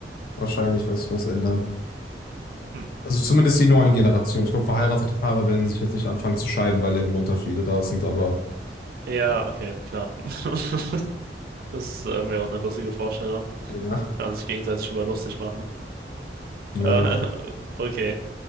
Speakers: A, on the left (about 55°); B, on the right (about 55°).
A: wahrscheinlich was, was ändern.
B: hm.
A: Also zumindest die neuen Generationen. Ich glaube, verheiratete Paare werden sich jetzt nicht anfangen zu scheiden, weil Levelunterschiede da sind, aber
B: Ja,
A: ja,
B: okay, klar. <laughs> Das ist irgendwie auch eine lustige Vorstellung.
A: ja.
B: Kann man sich gegenseitig drüber lustig machen.
A: ja.
B: Äh, <laughs> okay.